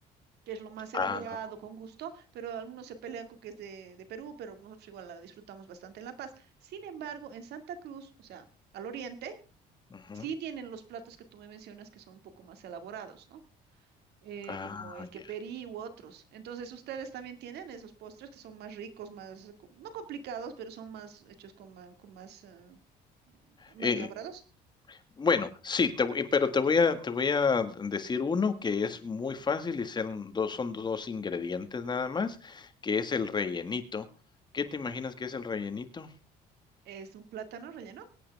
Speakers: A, on the right (about 75°); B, on the left (about 25°).
A: que es lo más elaborado,
B: Ah,
A: con gusto, pero algunos se pelean con que es de, de Perú, pero nosotros igual la disfrutamos bastante en La Paz. Sin embargo, en Santa Cruz, o sea, al oriente,
B: ujú.
A: sí tienen los platos que tú me mencionas que son un poco más elaborados, ¿no? Eh,
B: Ah,
A: como el queperí
B: ya.
A: u otros. Entonces, ustedes también tienen esos postres que son más ricos, más, eh, co- no complicados, pero son más hechos con, ma- con más, ah, eh, más
B: Eh,
A: elaborados.
B: bueno, sí, te voy pero te voy a te voy a decir uno que es muy fácil y son dos, son 2 ingredientes nada más, que es el rellenito. ¿Qué te imaginas que es el rellenito?
A: Es un plátano relleno.